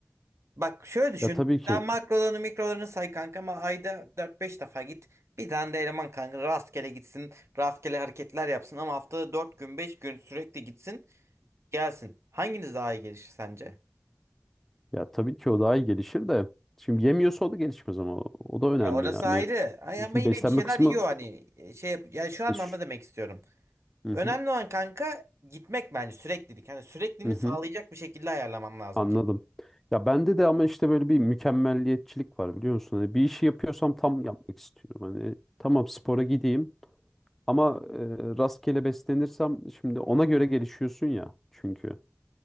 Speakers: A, on the right; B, in the centre.
A: Bak şöyle düşün.
B: Ya tabii ki
A: Sen makrolarını mikrolarını say kanka ama ayda dört beş defa git. Bir tane de eleman kanka rastgele gitsin. Rastgele hareketler yapsın ama haftada 4 gün 5 gün sürekli gitsin. Gelsin. Hanginiz daha iyi gelişir sence?
B: ya tabii ki o daha iyi gelişir de şimdi yemiyorsa o da gelişmez ama o da önemli
A: Ya orası
B: yani.
A: ayrı. Ay ama
B: Şimdi
A: yine
B: beslenme
A: bir şeyler
B: kısmı
A: yiyor hani E, şey yap ya şu anlamda
B: e, şu-
A: demek istiyorum.
B: hı
A: Önemli
B: hı,
A: olan kanka gitmek bence süreklilik. Hani sürekliliğini
B: hı hı.
A: sağlayacak bir şekilde ayarlamam lazım
B: Anladım.
A: ki.
B: Ya bende de ama işte böyle bir mükemmelliyetçilik var biliyor musun? Hani bir işi yapıyorsam tam yapmak istiyorum. Hani tamam spora gideyim ama e, rastgele beslenirsem şimdi ona göre gelişiyorsun ya çünkü.